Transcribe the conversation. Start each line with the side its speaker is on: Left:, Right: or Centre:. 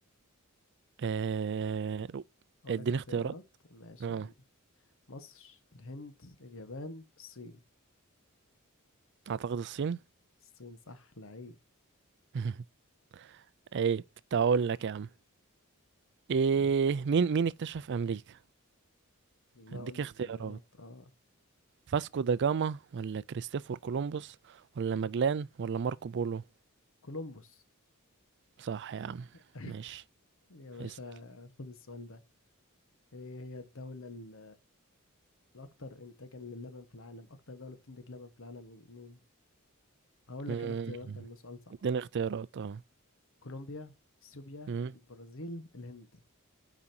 Right: آه،
Left: اقول
Right: اديني
Left: لك اختيارات
Right: اختيارات
Left: ماشي
Right: اه
Left: يا عم مصر الهند اليابان الصين
Right: أعتقد الصين
Left: الصين صح لعيب
Right: <laughs> عيب كنت هقول لك يا عم ايه
Left: قول
Right: مين مين اكتشف أمريكا
Left: لا
Right: هديك
Left: قول لي
Right: اختيارات
Left: اختيارات اه
Right: فاسكو دا جاما ولا كريستوفر كولومبوس ولا ماجلان ولا ماركو بولو
Left: كولومبوس
Right: صح يا عم
Left: <laughs>
Right: ماشي
Left: يا باشا
Right: اسأل
Left: خد السؤال ده ايه هي الدولة ال- الاكثر انتاجا للبن في العالم اكتر دولة بتنتج لبن في العالم مين هقول
Right: مم.
Left: لك انا اختيارات لانه سؤال صعب
Right: اديني اختيارات اه
Left: كولومبيا اثيوبيا
Right: مم.
Left: البرازيل الهند